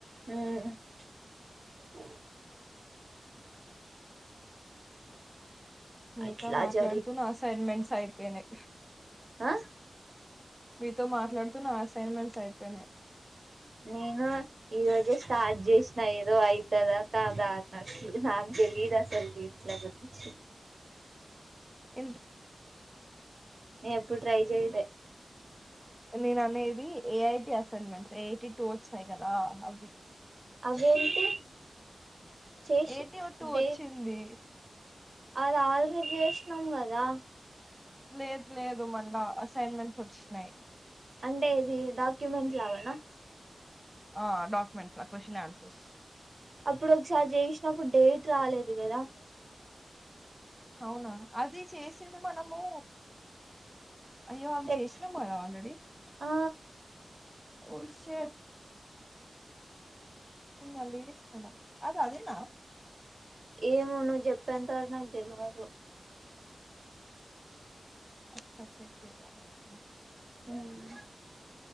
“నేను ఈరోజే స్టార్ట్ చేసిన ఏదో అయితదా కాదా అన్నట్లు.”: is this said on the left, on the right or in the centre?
Right